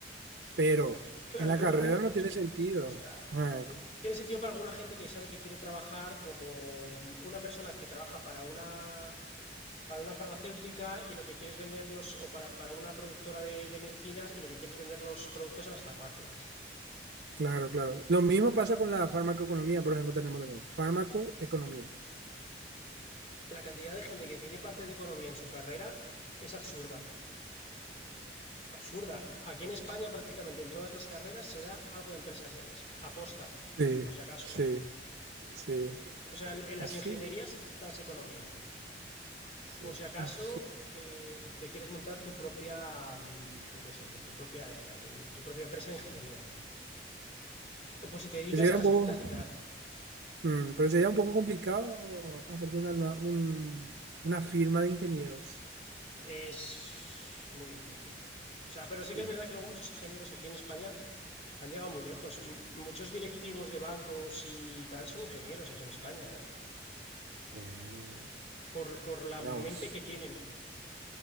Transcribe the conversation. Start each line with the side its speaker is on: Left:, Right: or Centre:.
Right: pero
Left: Cl- Claro,
Right: en la
Left: es lo
Right: carrera
Left: mismo que te
Right: no
Left: he dicho
Right: tiene sentido.
Left: yo. O sea,
Right: Ah,
Left: tiene sentido para alguna gente que sabe que quiere trabajar como una persona que trabaja para una, para una farmacéutica y lo que quieres venderlos, o para, para una productora de, de medicinas y lo que quieres vender los productos a las farmacias.
Right: Claro, claro. Lo mismo pasa con la farmacoeconomía, por ejemplo, tenemos también farmacoeconomía.
Left: La cantidad de gente que tiene parte de economía en su carrera es absurda. absurda. Aquí en España prácticamente en todas las carreras se da algo de empresariales, aposta,
Right: Sí,
Left: por si acaso.
Right: sí, sí.
Left: O sea, en, en
Right: Así,
Left: las ingenierías das economía.
Right: sí.
Left: Por si acaso
Right: Así.
Left: eh, te quieres montar tu propia, mm, creo que sé, pues tu propia esta, tu, tu propia empresa de ingeniería. O por si te dedicas
Right: Que sería
Left: a
Right: un
Left: las
Right: poco,
Left: ventas y tal.
Right: mm, pero sería un poco complicado hacerte una, nua- un- una firma de ingenieros.
Left: Es muy difícil. O sea, pero
Right: Sí.
Left: sí que es verdad que luego muchos ingenieros aquí en España han llegado muy lejos. M- Muchos directivos de bancos y tal son ingenieros aquí en España, ¿eh?
Right: Eh,
Left: Por, por la
Right: mira
Left: mente
Right: vos.
Left: que tienen